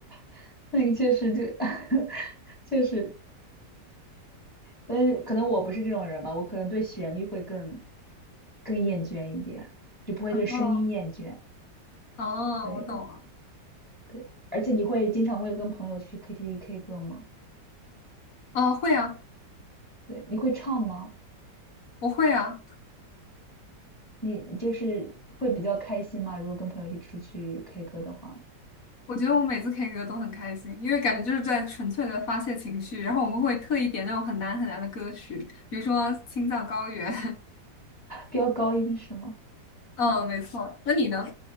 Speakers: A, in the centre; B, on the left.
A: <laughs> 那个确实就，<laughs> 确实，但是可能我不是这种人吧，我可能对旋律会更更厌倦一点，就不会对声音厌倦。
B: 哦哦，
A: 对
B: 我懂了。
A: 对，而且你会经常会跟朋友去 KTV K 歌吗？
B: 哦，会啊，
A: 对，你会唱吗？
B: 我会啊。
A: 你就是会比较开心吗？如果跟朋友一起出去 K 歌的话，
B: 我觉得我每次 K 歌都很开心，因为感觉就是在纯粹的发泄情绪，然后我们会特意点那种很难很难的歌曲，比如说《青藏高原》。
A: 飙高音是吗？
B: <laughs> 嗯，没错。那你呢？